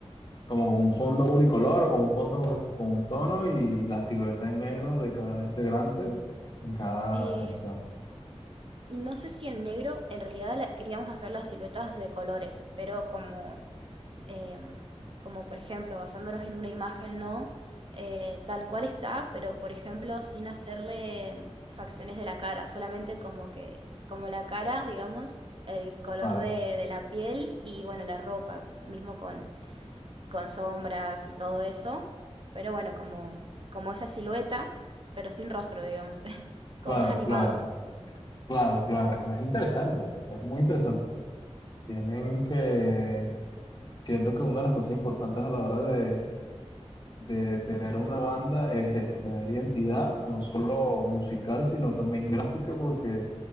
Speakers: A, on the left; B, on the right.
A: Como con un fondo unicolor o con un fondo con un tono y la silueta en negro de cada integrante en cada
B: Eh,
A: canción.
B: y no sé si el negro, en realidad la- queríamos hacer las siluetas de colores, pero como eh, como por ejemplo basándonos en una imagen, ¿no? Eh, tal cual está, pero por ejemplo sin hacerle facciones de la cara, solamente como que, como la cara, digamos, el color
A: Claro,
B: de, de la piel y bueno, la ropa, mismo con, con sombras y todo eso, pero bueno, como, como esa silueta, pero sin rostro, digamos, <laughs> como
A: claro,
B: más animado.
A: claro, claro, claro. Es interesante, es muy interesante. Tienen que, siento que una de las cosas importantes a la hora de de tener una banda es eso, tener identidad, no solo musical, sino también gráfica, porque